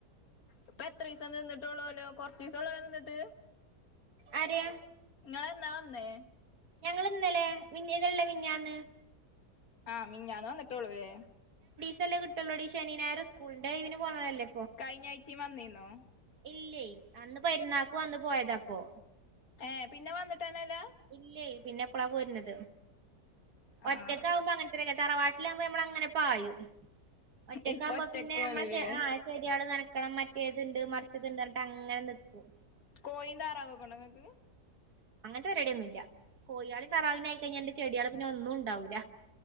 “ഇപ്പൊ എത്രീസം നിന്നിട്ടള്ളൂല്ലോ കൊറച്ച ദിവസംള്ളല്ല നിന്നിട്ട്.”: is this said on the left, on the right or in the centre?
Left